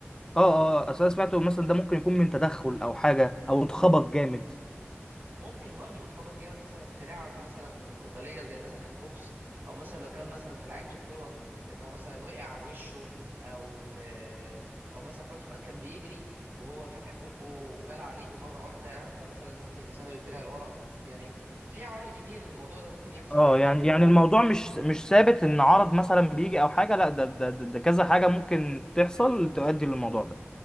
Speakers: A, on the left; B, on the right.
A: اه آه، اصل انا سمعته مثلا ده ممكن يكون من تدخل او حاجه او اتخبط جامد
B: ممكن برضو تخبط جامد مثلا في لعب مثلا قتاليه زي مثلا البوكس او مثلا لو كان مثلا في لعيبه الكوره ان هو مثلا وقع على وشه او آه، او مثلا في وقت من الأوقات كان بيجري وهو فاتح بقه وبلع ريقه مره واحده فمثلا ممكن لسانه يتبلع لورا يعني في عوامل كتير الموضوع ده ممكن يحصل
A: اه
B: يعني
A: يعني يعني الموضوع مش مش ثابت ان عرض مثلا بيجي او حاجه لا ده ده ده ده كذا حاجه ممكن تحصل تؤدي للموضوع